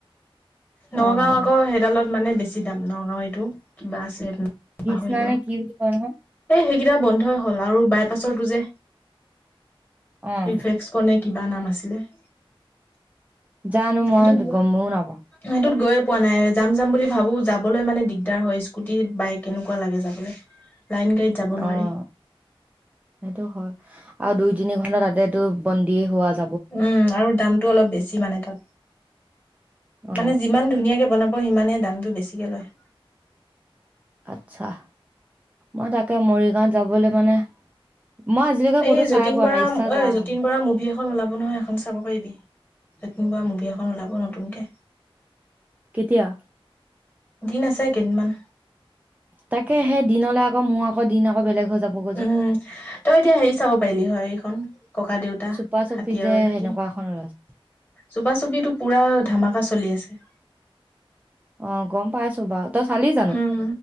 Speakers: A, on the left (about 20°); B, on the right (about 15°).
A: নগাঁও
B: অঁ
A: আকৌ সেইডালত মানে বেছি দাম। নগাঁও এইটো কিবা আছে সেইদিনা
B: কৃষ্ণা
A: পাহৰিলো
B: নে
A: আও।
B: কি বুলি কয় নহয়
A: এ সেইকেইটা বন্ধই হ'ল আৰু। বাইপাছৰটো যে
B: অঁ
A: ৰিফলেক্স কনে কিবা নাম আছে। সেইটোত
B: জানো মই
A: গৈ
B: গমো নাপাওঁ
A: সেইটোত গৈ। পোৱা নাই যাম যাম বুলি ভাবো যাবলৈ মানে দিগদাৰ হয় স্কুটি বাইক কেনেকোৱা লাগে যাবলে। লাইন গাড়ীত যাব নোৱাৰি।
B: অঁ সেইটো হয় আৰু দুই তিনি ঘন্টা তাতেতো বন্দিয় হোৱা আছে।
A: উম আৰু দামতটো অলপ বেছি মানে তাত
B: অ
A: মানে যিমান ধুনীয়াকে বনাব। আকৌ সিমানে দামটো বেছিকে লয়।
B: আচ্ছা মই তাকে মৰিগাঁৱত যাবলৈ মানে। মই আজিলৈকে
A: এই
B: ক'তো
A: যতীন
B: চাই পোৱা
A: বৰা
B: নাই ইচ্ছা
A: অঐ
B: যায়
A: যতীন বৰা মুভি এখন ওলাব নহয় এখন চাব পাৰিবি। যন বাৰ মুভি এখন ওলাব নতুনকে।
B: কেতিয়া।
A: দিন আছে কেইদিনমান।
B: তাকে সেই দিনলে আকৌ মোৰ আকৌ দিন আকৌ বেলেগ হৈ যাবগৈ
A: উম
B: যে।
A: তই এতিয়া হেৰি চাব পাৰিলি হয় এইখন ককা দেউতা
B: চুপা চুপি
A: হাতী
B: যে
A: আৰু নাতি।
B: সেনেকুৱা এখন ওলাইছে
A: চোপাচুপিতটো পুৰা ধামাকা চলি আছে।
B: অ গম পাইছো বাৰু তই চালি জানো।
A: উম